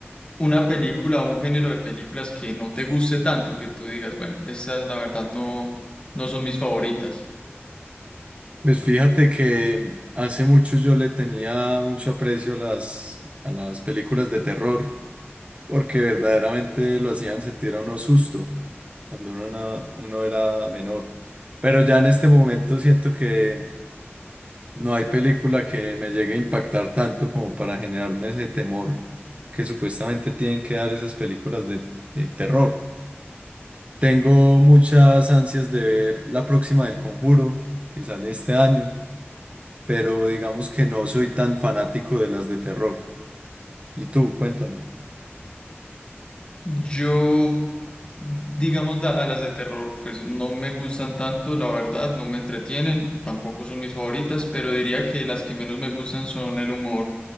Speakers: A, on the left; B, on the right.
A: una película o un género de películas que no te guste tanto, que tú digas, bueno, estas la verdad no, no son mis favoritas.
B: Pues fíjate que hace mucho yo le tenía mucho aprecio a las, a las películas de terror. porque verdaderamente lo hacían sentir a uno susto cuando uno, na- uno era menor. Pero ya en este momento siento que no hay película que me llegue a impactar tanto como para generarme ese temor que supuestamente tienen que dar esas películas de, de terror. Tengo muchas ansias de ver la próxima del Conjuro, que sale este año, pero digamos que no soy tan fanático de las de terror. ¿Y tú? Cuéntame.
A: Yo, digamos, la- a las de terror, pues no me gustan tanto, la verdad, no me entretienen, tampoco son mis favoritas, pero diría que las que menos me gustan son el humor